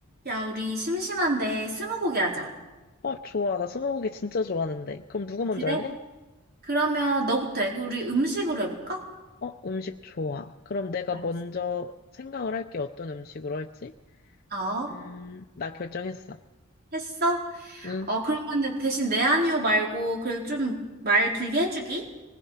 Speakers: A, on the right; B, on the left.
A: 야, 우리 심심한데 스무고개 하자.
B: 어, 좋아. 나 스무고개 진짜 좋아하는데. 그럼 누구
A: 아,
B: 먼저
A: 그래?
B: 할래?
A: 그러면 너부터 해. 그 우리 음식으로 해볼까?
B: 어, 음식 좋아. 그럼 내가
A: 알았어.
B: 먼저 생각을 할게. 어떤 음식으로 할지?
A: 어,
B: 음, 나 결정했어.
A: 했어?
B: 응,
A: 어, 그러면 대신 내 아니오 말고 그래도 좀 말 길게 해주기?